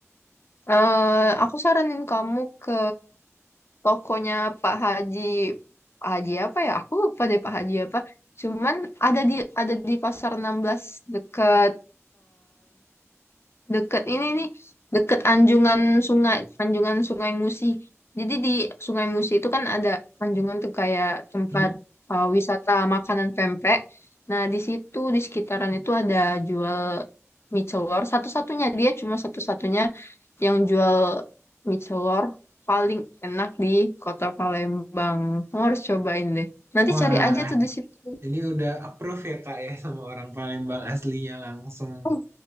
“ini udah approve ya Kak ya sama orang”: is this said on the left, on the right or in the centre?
Right